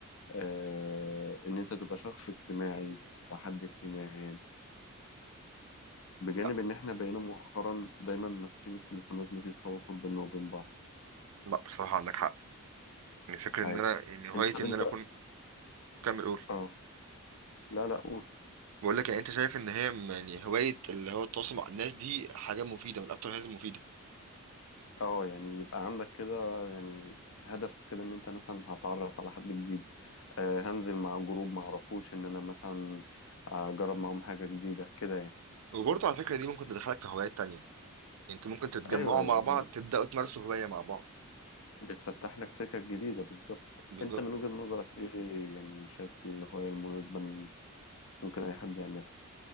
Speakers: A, on the left; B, on the right.
A: آه، إن أنت تبقى شخص اجتماعي تبقى حد اجتماعي يعني بجانب
B: لا
A: إن إحنا بقينا مؤخرا دايما ماسكين التليفونات مفيش تواصل بيننا وبين بعض
B: لا بصراحة عندك حق يعني فكرة ان
A: أيوه
B: انا يعني هوايتي
A: أنت طب
B: ان
A: أنت
B: انا اكون كمل قول
A: أه لا لا قول
B: بقول لك يعني انت شايف ان هي م- يعني هواية اللي هو التواصل مع الناس دي حاجة مفيدة من اكتر الحاجات المفيدة
A: أه يعني يبقى عندك كده يعني هدف كده إن أنت مثلا هتعرف على حد جديد آه، هنزل مع جروب معرفوش إن أنا مثلا أجرب معاهم حاجة جديدة كده يعني.
B: وبرضه على فكرة دي ممكن تدخلك في هوايات تانية يعني انتوا ممكن تتجمعوا
A: ايوه
B: مع
A: يعني
B: بعض تبدأوا تمارسوا هواية مع بعض
A: بتفتح لك سكك جديدة بالظبط
B: بالظبط
A: انت من وجهة نظرك ايه يعني شايف الهواية المناسبة إن ممكن اي حد يعملها